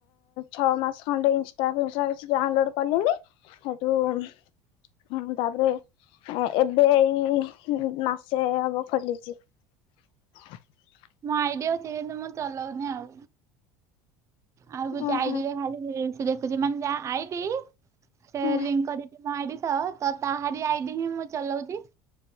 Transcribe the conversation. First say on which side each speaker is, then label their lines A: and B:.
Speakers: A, on the left; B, on the right.
A: ଛଅ ମାସ ଖଣ୍ଡେ ହେଇଛି ତାବିସୟରେ ଡାଉନଲୋଡ କଲିଣିି। ହେଠୁ ତାପରେ ଏବେ ଏଇ ମାସେ ହବ ଖୋଲିଛି। <inaudible>
B: ମୋ ଆଇଡି ଅଚି କିନ୍ତୁ ମୁଁ ଚଲଉନି ଆଉ ଆଉ ଗୋଟେ
A: ଓହୋ
B: ଆଇଡରେ ଖାଲି ରିଲ୍ସି ଦେଖୁଛି ମାନେ ଯା ଆଇଢି ସେ
A: ହୁଁ।
B: ଲିଙ୍କ କରିବି। ମୋ ଆଇଡି ସହ ତ ତହାରି ଆଇଠି ହିଁ ମୁଁ ଚଲଉଛି।